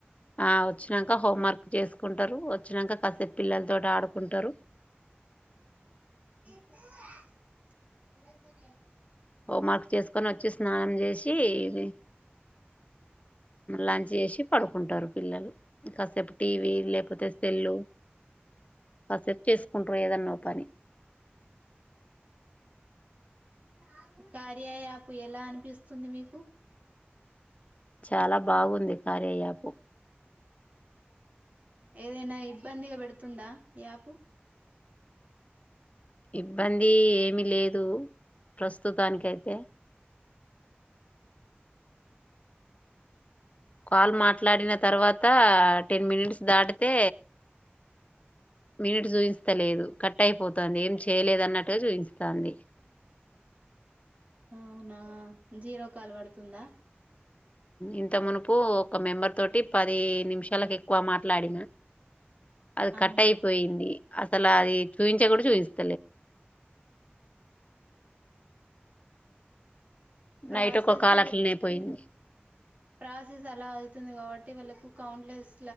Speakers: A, on the left; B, on the right.
A: ఆ వచ్చినాక హోం వర్క్ చేసుకుంటారు వచ్చినాక క అ పిల్లలతో ఆడుకుంటారు
B: తను
A: హోమ్ మార్క్ చేసుకు పక్కన వచ్చి స్నానం చేసి ఇది లంచ్ చేసి పడుకుంటారు పిల్లలు కాసేపు టీవీ లేకపోతే సెల్లు ఆ సెట్ చేసుకుంట్ర ఏదన్నో పని
B: ఆ కార్య ఆప్ ఎలా అనిపిస్తుంది మీకు
A: చాలా బాగుంది కార్యయాపు
B: ఏదైనా ఇబ్బందిగా పెడుతుందా యాపు
A: ఇబ్బంది ఏమిీ లేదు ప్రస్తుతానినికియితే కాల్ మాట్లాడిన తర్వాత టెన్ మినిట్స్ దాటితే మినిట్ చూయిస్తలేదు కట్ అయిపోతుంది ఏం చేయలేదన్నట్టుగా చూయితోంది
B: అవునా జీరో కాలు పడుతుందా
A: ఇంత మెంబర్ ఒక మెంబర్ తోటి పది నిమిషాలకు ఎక్కువ మాట్లాడినా అది
B: అవునా
A: కట్ అయిపోయింది అసలు అది చూపించా కూడా చూపిస్త
B: ప్రాసెస్
A: నైట్ ఒక కాల్ అట్లనే పోయింది
B: ప్రాసెస్ అలా అతుంది కాబట్టి వాళ్ళకు కౌంట్లస్